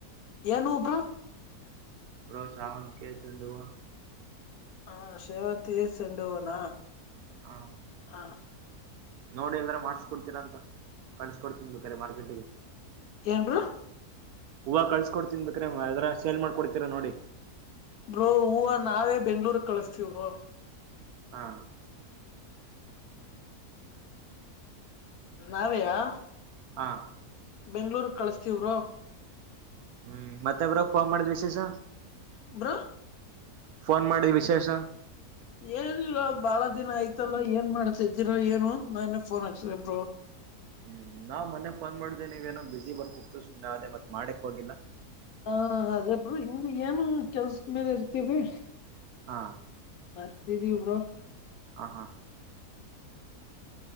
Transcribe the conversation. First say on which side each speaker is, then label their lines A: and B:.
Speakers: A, on the left (about 70°); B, on the right (about 75°).
A: ಏನು ಬ್ರಾ <unintelligible>
B: ಬ್ರೋ ಶ ಅವಂತ ಕೇಳ್ಸಲ್ಲುವ <unintelligible>
A: ಹಾ ಸೇವಂತ ಸೆಂಡ ಹೋಣ
B: ಹಾ
A: ಹ
B: ನೋಡಿ ಅಂದ್ರ ಮಾಡಸ್ಕೊಡ್ತೀನ ಅಂತ ಕಾಣಿಸ್ಕಡ್ತನಿ ಬದು ಕರೆ ಮಾರ್ಕೆಟಿಗೆ
A: ಏನ ಬ್ರಾ
B: ಹೂವ ಕಳ್ಸಕ ಕೊಡ್ತನ್ ಬಕ್ರೆ ಅದ್ರ ಸೇಲ್ ಮಾಡ್ಕೊಡ್ತೀರ ನೋಡಿ
A: ಬ್ರೋ ಹೂವ ನಾವೇ ಬೆಂಗಳೂರು ಕಳಸ್ತೀವ್ರೋ
B: ಹಾ
A: ನಾವೆಯಾ
B: ಹಾ
A: ಬೆಂಗಳೂರು ಕಳಸ್ತವ್ರೋ
B: ಹ್ಮ್ ಮತ್ತಬ್ರ ಪ ಮಾಡಿದ್ ವಿಶೇಷ
A: ಬ್ರಾ
B: ಫೋನ್ ಮಾಡಿದ ವಿಶೇಷ
A: ಏನಿಲ್ಲ ಬಾಳ ದಿನ ಆಯ್ತಲ್ಲ ಏನ್ ಮಾಡ್ತಿದ್ದೀರ ಏನು ಅಂತ ನಾನೇ ಫೋನ್ ಹಾಥೆ ಬ್ರಾ
B: ಹ್ಮ್ ನಾವ್ ಮೊ ಫೋನ್ ಮಾಡ್ದೇನೆ ನೀವೇಏನೋ ಬಿಸಿಬರ್ತಿತ್ತು ಸುಮ್ನೆ ಅದೇ ಮತ್ ಮಾಡಕ್ ಹೋಗಿಲ್ಲಾ
A: ಹಾ ಅದೇಬ್ರು ಹಂಗ್ ಏನು ಕೆಲ್ಸ ಮೇಲೆ ಇರ್ತೀವಿ
B: ಹಾ
A: ಆತಿದ್ದಿ ಬ್ರಾ
B: ಹ ಹಾ